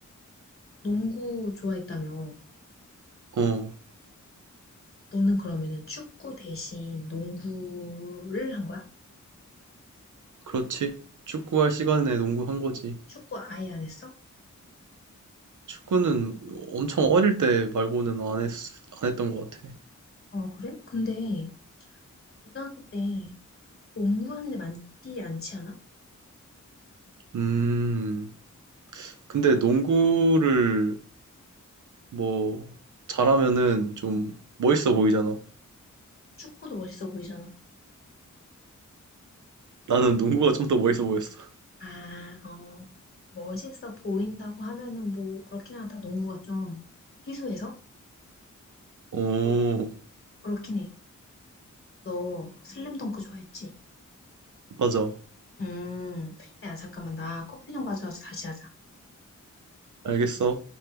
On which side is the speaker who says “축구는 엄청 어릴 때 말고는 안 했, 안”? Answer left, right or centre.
Right